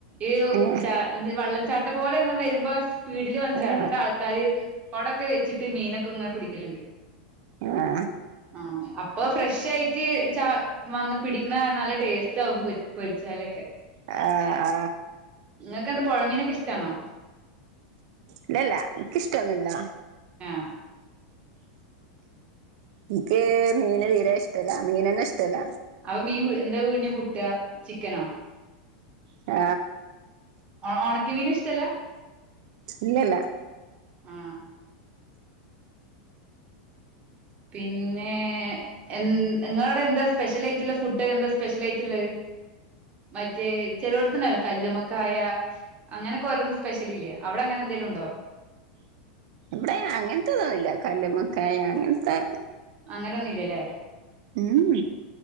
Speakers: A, on the right; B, on the right.
A: ഈ
B: ഏ
A: ച വള്ളം ചാട്ട ത് പോലെങ്ങ് വരുമ്പോ സ്പീ ചാടണ്ട്
B: ആ
A: ആൾക്കാര് കൊടൊക്കെ വെച്ചിട്ട് മീനൊക്കെ ഇങ്ങനെ പിടിക്കലുണ്ട്
B: ആ
A: ആ അപ്പൊ ഫ്രഷായിട്ട് ച വന്ന പിടിക്കണ കാര നല്ല ടേസ്റ്റ് ആകും പ പൊരിച്ചാലൊക്കെ
B: ആ ആ
A: ഇങ്ങൾക്കെന്താ പൊഴമീനൊക്കെ ഇഷ്ട ട്ടാണോ
B: ഇല്ലല്ല ൻക്കിഷ്ടൊന്നുല്ല
A: ആഹ്
B: ൻക്ക് മീന് തീരേഷ് ല്ല മീനെൻ ഇഷ്ടല്ല
A: അപ മീൻ എന്താ പിന്നെ കൂട്ട ചിക്കനോ
B: ആ
A: ഓ ഓണക്കമീന് ഷ്ടല്ല
B: ഇല്ലല്ല
A: ആ പിന്നെ എ നിങ്ങളോടെന്താ സ്പെഷ്യലായിട്ട്ള്ള ഫുഡൊക്കെന്താ സ്പെഷ്യൽ ആയിട്ടുള്ളെ മറ്റേ ചെലോട്ത്ത്ണ്ടാവല്ലോ കല്ലുമക്കായ അങ്ങനെയൊക്കെ ഓരോന്നും സ്പെഷ്യൽ ഇല്ലെ അവിടെ അങ്ങനെ എന്തെലും ഉണ്ടോ
B: വ്ടെ അങ്ങനത്തെതൊന്നില്ല കല്ല്മക്കായ അങ്ങന് ത്തെ
A: അങ്ങനൊന്നുംല്ലല്ലേ
B: ഉം